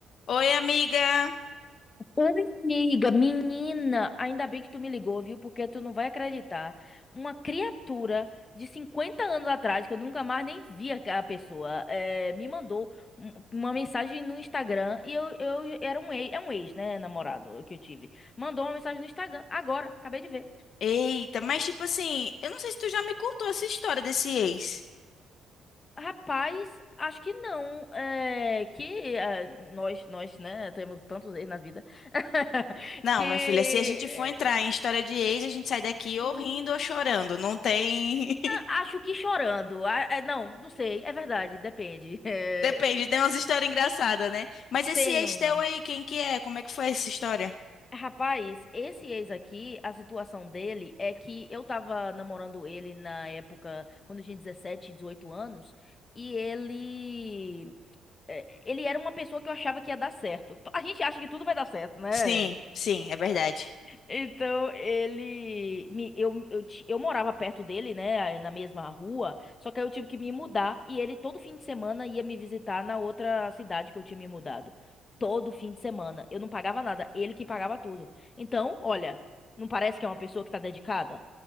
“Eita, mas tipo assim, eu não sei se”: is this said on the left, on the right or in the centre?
Left